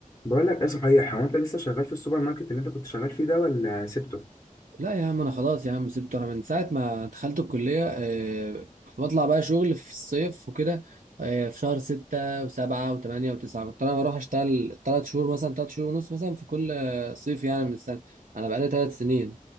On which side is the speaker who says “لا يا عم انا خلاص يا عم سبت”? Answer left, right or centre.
Right